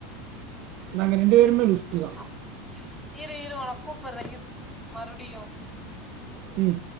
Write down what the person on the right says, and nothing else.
நாங்க ரெண்டு பேருமே லுசு தா
ம்